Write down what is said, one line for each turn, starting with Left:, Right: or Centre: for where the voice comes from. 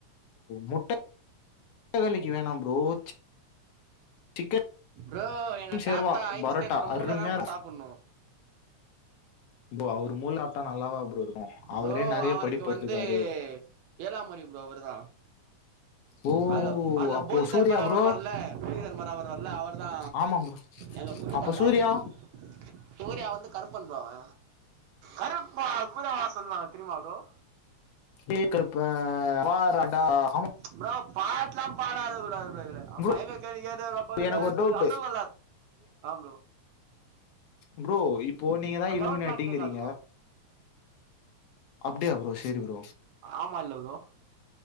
Left: முட்ட முட்டகலக்கி வேணா ப்ரோ சி சிக்கன்
Right: ப்ரோ எங்க
Left: சேர்வா
Right: தாத்தா ஐன்ஸ்டைனோட
Left: பரோட்டா அருமையா
Right: மூள தா ப்ரோ
Left: இருக்கும்
Right: சாப்புட்ணு
Left: ப்ரோ அவரு மூள நல்லாவா ப்ரோ இருக்கு அவரே
Right: ப்ரோ
Left: நெறைய
Right: அவருக்கு
Left: படிப்பட்டுருக்காரு
Right: வந்து ஏழாமறிவு ப்ரோ அவருதா
Left: ஓ
Right: அதுல அதுல
Left: அப்போ
Right: போதி
Left: சூர்யா
Right: தர்மரா
Left: ப்ரோ
Right: வருவார்ல போதி தர்மரா வருவார்ல அவரு தா
Left: ஆமா ப்ரோ
Right: எங்க கொள்ளுதாத்தா
Left: அப்போ சூர்யா
Right: அவரு சூரியா வந்து கருப்பன் ப்ரோ அவ கருப்பா கூட வா சொல்வாங்க தெரிமா ப்ரோ
Left: ஏ கருப்ப வாராண்டா அவ
Right: ப்ரோ பாட்லா பாடாத கூடாது கூடாது கூடாது, ஆமா
Left: ப்ரோ
Right: எங்க கேள்வி கேட்டு ரொப்பாருக்கு
Left: எனக்கு
Right: கோஸ்த்து
Left: ஒரு டவுட்
Right: அசல் அல்ல ஆம் ப்ரோ
Left: ப்ரோ இப்போ நீங்க தா இலுமினாட்டிங்கிறீங்க
Right: டவுட்லாம் கேட்காது ப்ரோ
Left: அப்டியா ப்ரோ சேரி ப்ரோ
Right: ஆமா இல்ல ப்ரோ